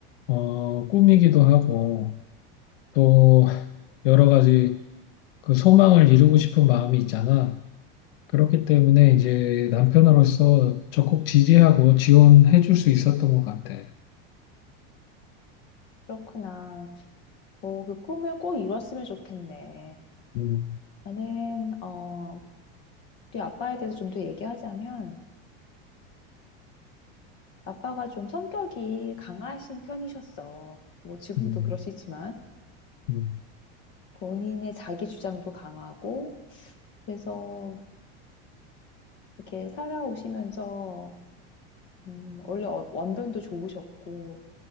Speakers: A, on the left; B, on the left.
A: 어, 꿈이기도 하고 또 여러 가지 그 소망을 이루고 싶은 마음이 있잖아. 그렇기
B: 음.
A: 때문에 이제 남편으로서 적극 지지하고 지원해 줄 수 있었던 것 같아.
B: 그렇구나. 오, 그 꿈을 꼭 이뤘으면 좋겠네.
A: 음,
B: 나는, 어, 우리 아빠에 대해서 좀 더 얘기하자면, 아빠가 좀 성격이 강하신 편이셨어. 뭐, 지금도
A: 음,
B: 그러시지만,
A: 음,
B: 본인의 자기 주장도 강하고, 그래서 이렇게 살아오시면서, 음, 원래 어- 원변도 좋으셨고,